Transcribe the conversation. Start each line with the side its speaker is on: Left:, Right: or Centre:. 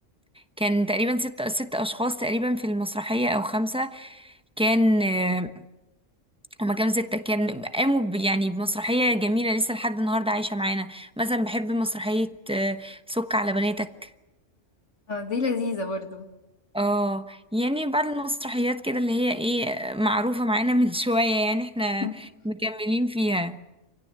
Centre: كان تقريبا ست ست أشخاص تقريبا في المسرحية أو خمسة كان آه، هما كام ستة كان قاموا ب- يعني بمسرحية جميلة لسه لحد النهاردة عايشة معانا مثلا بحب مسرحية آه، سك على بناتك
Left: اه دي لذيذة برضو
Centre: اه يعني بعد المسرحيات كده اللي هي ايه معروفة معانا <laughs> من شوية يعني احنا
Left: <laughs>
Centre: مكملين فيها